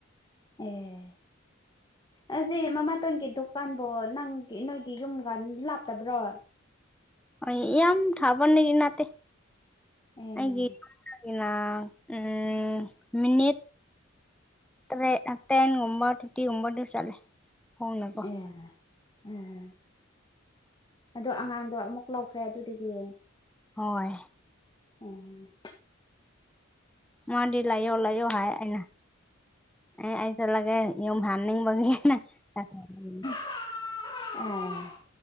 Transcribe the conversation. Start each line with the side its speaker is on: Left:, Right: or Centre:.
Left: ꯑꯦ ꯑꯁꯤ ꯃꯃꯥꯇꯣꯟꯒꯤ ꯗꯨꯀꯥꯟꯕꯣ ꯅꯪꯒꯤ ꯅꯣꯏꯒꯤ ꯌꯨꯝꯒ ꯂꯥꯞꯇꯕ꯭ꯔꯣ
Centre: ꯑꯩ ꯌꯥꯝ ꯊꯥꯞꯄꯅꯤ ꯅꯠꯇꯦ
Left: ꯑꯦ
Centre: ꯑꯩꯒꯤ <unintelligible> ꯎꯝ ꯃꯤꯅꯤꯠ ꯇꯔꯦꯠ <unintelligible> ꯊꯔꯇꯤꯒꯨꯝꯕꯗꯤ ꯆꯠꯂꯦ ꯍꯣꯡꯅꯀꯣ
Left: ꯑꯦ ꯑꯦ ꯑꯗꯣ ꯑꯉꯥꯡꯗꯣ ꯑꯃꯨꯛ ꯂꯧ ꯈ꯭ꯔꯦ ꯑꯗꯨꯗꯒꯤ
Centre: ꯍꯣꯏ
Left: ꯎꯝ
Centre: ꯃꯥꯗꯤ ꯂꯩꯌꯣ ꯂꯩꯌꯣ ꯍꯥꯏ ꯑꯩꯅ ꯑꯩ ꯑꯩ ꯆꯠꯂꯒꯦ ꯌꯨꯝ ꯍꯟꯅꯤꯡꯕꯒꯤꯅ <unintelligible>
Left: <unintelligible>